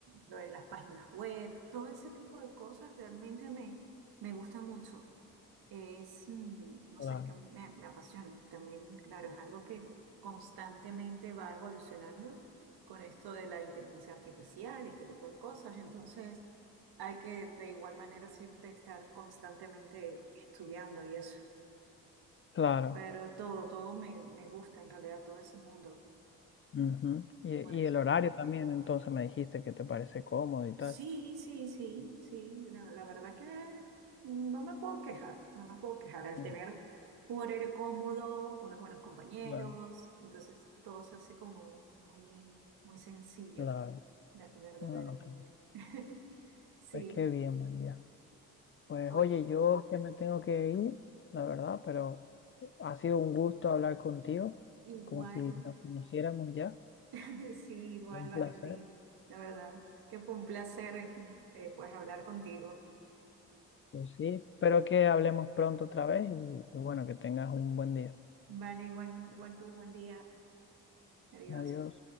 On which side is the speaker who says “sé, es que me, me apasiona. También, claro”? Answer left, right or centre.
Right